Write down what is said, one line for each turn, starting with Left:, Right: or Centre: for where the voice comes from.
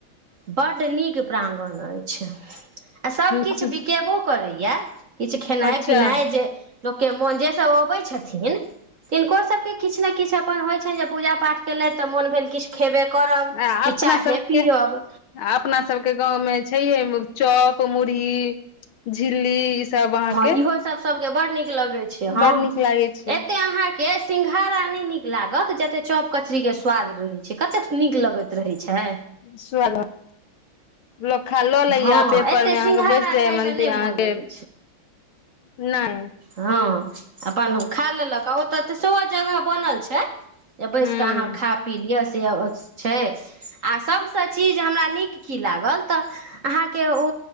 Right: बड़ नीक प्राङ्गण अछि आ
Left: चलू
Right: सभकिछु बिकेबो करैए किछु खेनाइ
Left: अच्छा
Right: पिनाइ जे। लोक के मोन जे सभ अबे छथिन तिनको सभके किछु ने किछु अपन होइत छैनि जे पूजा पाठ केलथि तऽ मोन भेल किछु। खेबे करब
Left: आ
Right: कि
Left: अपना
Right: चाहे
Left: सबके
Right: पियब
Left: अपना सभके गाव मे छैहे चक मुुरही झिल्ली सब अहाँके
Right: हँ इहो सभ सभके बड़ नीक लगे छै ह
Left: बड़ नीक लागै छै
Right: एते अहा के सिंघाड़ा नहि नीक लागत जतेक चॉप कचरी के स्वाद रहैत छै कतेक नीक लगैत रहैत छै।
Left: सुवागत। लोक खा लऽ
Right: हँ
Left: लैए पेपरमे
Right: एते सिंघाड़ा
Left: अहाँकेँ बैस जाइए
Right: खायमे
Left: मनद
Right: नहि
Left: अहाँकेँ
Right: मोन लगै
Left: नहि।
Right: ह अपन ओ खा लेलक आ ओतऽ तऽ सेहो जगह बनल छै। जे बैस
Left: हूं
Right: कऽ अहाँ खा पी लिआ से छै आ सभसँ चीज हमरा नीक कि लागल तऽ अहाँकेँ ओ